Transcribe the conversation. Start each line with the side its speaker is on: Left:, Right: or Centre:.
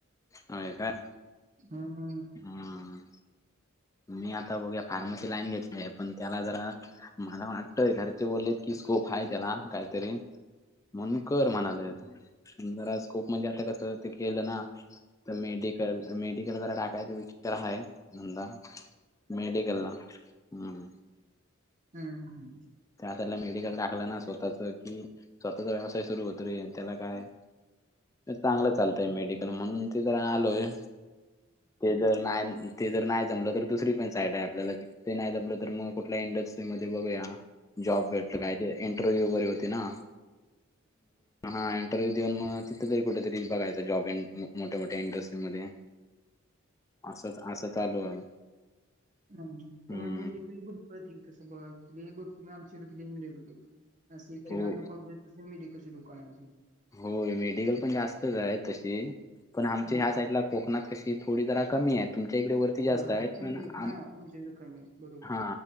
Left: होय काय?
Right: हा, हा
Left: हम्म मी आता बघुया, फार्मसी लाईन घेतलोय. पण त्याला जरा, मला वाटतय, घरचे बोललेत की स्कोप आहे त्याला, काहीतरी. म्हनून कर म्हणालायत. जरा स्कोप म्हणजे आता कसं, ते केलं ना,, तर मेडिकल मेडिकल जरा टाकायचं विचार आहे, धंदा. मेडीकलला, हम्म,
Right: हम्म, हम्म
Left: त्याकडला मेडिकल टाकलं ना स्वतःच की स्वतःचा व्यवसाय सुरू होतो रे, त्याला काय. चांगलं चालतय मेडिकल, म्हणून ते जरा आलोय, ते जर नाय ते जर नाही जमलं तर दुसरी पण साईट आहे आपल्याला,, ते नाही जमलं तर मग कुठल्या इंडस्ट्री मध्ये बघूया. जॉब भेटतो काय? ते इंटरव्ह्यू वगैरे होतो ना, हा इंटरव्हू देऊन मग तिथं तरी कुठेतरी बघायचा जॉब, मोठ्या मोठ्या इंडस्ट्री मध्ये. असं, असं चालू आहे.
Right: ह, पण
Left: हम्म
Right: मग मेडिकल भरपूर हायत, तसं भरपूर आमच्याकडे <unintelligible> अस किराणा
Left: हो
Right: दुकानं हायती, तसं मेडकलची दुकानं हायती.
Left: होय, मेडिकल पण जास्तच आहे तशी, पण आमच्या
Right: हा
Left: ह्या साईडला कोकणात कशी थोडी जरा कमी आहेत, तुमच्या इकडे वर ती जास्त
Right: हा हा हा
Left: आहेत
Right: तुमच्याकडे
Left: पण, आ
Right: हा तुमच्याकडे कमी आहे बरोबर.
Left: हा